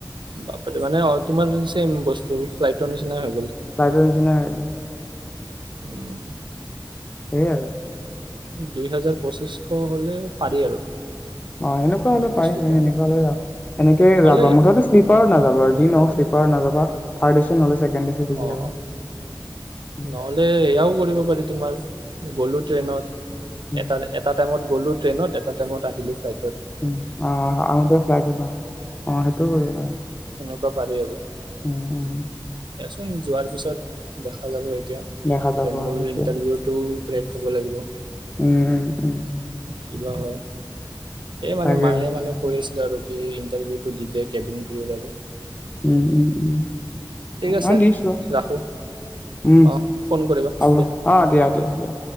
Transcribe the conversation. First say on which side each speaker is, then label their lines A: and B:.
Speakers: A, on the right (about 80°); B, on the left (about 20°).
A: বাপৰে মানে অ তোমাৰ চেম বস্তু বস্তুবোৰ ফ্লাইটৰ নিচিনা হয়।
B: ফ্ৰাইলটৰ নিচিনাই হৈ যায়।
A: উম
B: সেই আৰু
A: দুই হাজাৰ পঁচিছশ হলে পাৰি আৰু
B: অ সেনেকোৱা হলে
A: বস্তুটো
B: পাৰি, সেনেকোৱা হলে লাভ হয়, এনেকে
A: নহ'লে
B: লাভ হয় মুঠতে শ্লিপাৰত নাযাব, আৰু যি নহক শ্লিপাৰ শ্লিপাৰ নাযাবা থাৰ্ড এ চিত নহ'লে ছেকেণ্ড এ চিত গুচি
A: অ',
B: যাবা। উম,
A: নহ'লে সেয়াও কৰিব পাৰি তোমাৰ। গ'লো ট্ৰেইনত।
B: উম।
A: এটা এটা টাইমত গলোঁ ট্ৰেনত এটা টাইমত আহিলো ফ্লাই।
B: উম আহ আহোঁতে ফ্লাইট ন অ সেইটো কৰিব <inaudible>
A: তই পাবি আকৌ।
B: উম উম
A: দিয়াচোন যোৱাৰ পিছত দেখা খা যাব এতিয়া এতিয়া
B: দেখা যাব আৰু
A: মোৰ
B: সেইটোৱে।
A: ইণ্টাৰভিউটো ব্ৰেক হ'ব লাগিব।
B: উম, উম, উম।
A: কিবা হয়। এ
B: তাকেতো।
A: মানে মায়ে মানে কৈ আছিলে আৰু। ইণ্টাৰভিউটো দি দে কেবিন ক্ৰীৱ বাবে।
B: উম উম উম
A: আছে
B: অ দিচো ৰহ।
A: ৰাখোঁ
B: উম
A: অঁ ফোন কৰিবা
B: হ'ব
A: দিয়া
B: অ দিয়া দিয়া দিয়া।